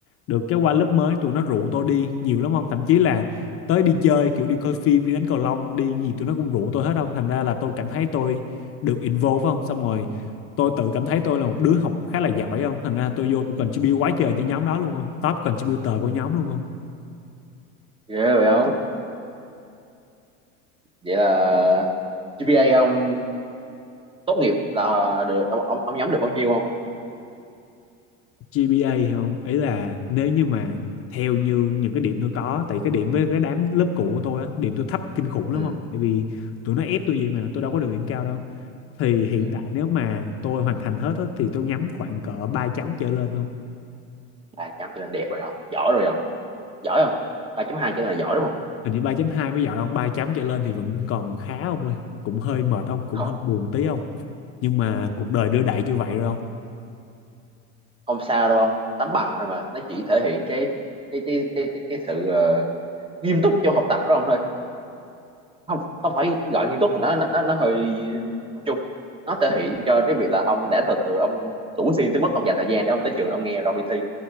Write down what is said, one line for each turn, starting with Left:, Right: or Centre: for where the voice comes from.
Left: được cái qua lớp mới tụi nó rủ tôi đi nhiều lắm không thậm chí là tới đi chơi kiểu đi coi phim đi đánh cầu lông đi gì tụi nó cũng rủ tôi hết không thành ra là tôi cảm thấy tôi được involve không xong rồi tôi tự cảm thấy tôi là một đứa học khá là giỏi không thành ra tôi vô tôi contribute quá trời cho nhóm đó luôn không top contributor của nhóm luôn không
Right: ghê vậy không vậy là GPA ông tốt nghiệp là được ông, ông, ông nhóm được bao nhiêu không
Left: GPA không ý là nếu như mà theo như những cái điểm tôi có tại cái điểm với cái đám lớp cũ của tôi á điểm tôi thấp kinh khủng lắm
Right: ừ
Left: không tại vì tụi nó ép tôi vậy mà tôi đâu có được điểm cao đâu thì hiện
Right: ừ
Left: tại nếu mà tôi hoàn thành hết á, thì tôi nhắm khoảng cỡ 3 chấm trở lên không
Right: ba chấm chỉ là đẹp rồi không giỏi rồi không giỏi không ba chấm hai chỉ là giỏi đúng không
Left: hình như ba chấm hai mới giỏi không 3 chấm trở lên thì vẫn còn khá không ơi cũng hơi mệt không cũng
Right: không
Left: hơi buồn tí không nhưng mà cuộc đời đưa đẩy như vậy rồi không
Right: không sao đâu không tấm bằng thôi mà nó chỉ thể hiện cái cái cái cái cái, cái sự ờ, nghiêm túc trong học tập đó không thôi không không phải gọi nghiêm túc thì nó nó nó, hơi chung chung nó thể hiện cho cái việc là ông đã thật sự ông đủ xuyên tới mức ông dành thời gian để ông tới trường ông nghe rồi đi thi